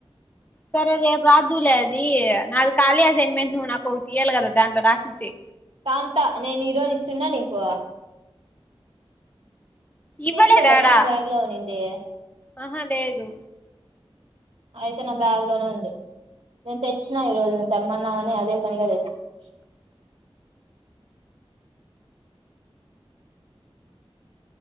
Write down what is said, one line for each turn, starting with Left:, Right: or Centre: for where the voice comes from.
Left: సరే రేపు రాద్దులే అది నాది ఖాళీ అసైన్మెంట్ నువ్ నాకు ఒకటి ఇయాలి కదా దాంట్లో రాసిచ్చి
Right: కాంత నేను ఈరోజు ఇచ్చున్నా నీకు
Left: ఇవ్వలేదాడా
Right: తీసుకోలేదా నా బ్యాగ్ లో ఉని ఏ
Left: ఆహా లేదు
Right: అయితే నా బ్యాగ్ లోనే ఉంది, నేను తెచ్చినా ఈరోజు నువ్వు తెమ్మన్నావ్ అని అదే పనిగా తె చ్చ్